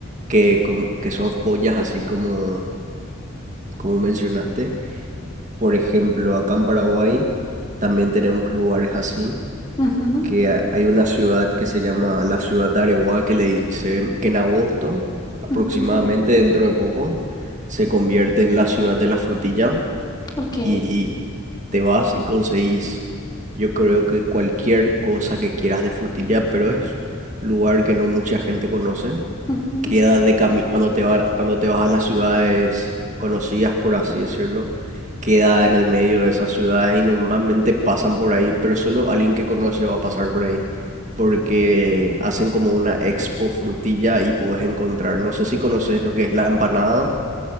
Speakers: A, on the right; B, on the left.
A: que, com- que son joyas así como, como mencionaste. Por ejemplo, acá en Paraguay también tenemos lugares así
B: Ujú,
A: que ha- hay una ciudad que se llama la ciudad de Areguá que le dice que en agosto, aproximadamente
B: ujú,
A: dentro de poco, se convierte en la ciudad de la frutilla
B: Ok.
A: y te vas y conseguís, yo creo que cualquier cosa que quieras de frutilla, pero es lugar que no mucha gente conoce
B: ujú.
A: queda de cami cuando te va- cuando te vas a las ciudades conocidas, por así decirlo, queda en el medio de esas ciudades y normalmente pasan por ahí, pero solo alguien que conoce va a pasar por ahí, porque hacen como una expo frutilla y puedes encontrar, no sé si conoces lo que es la empanada,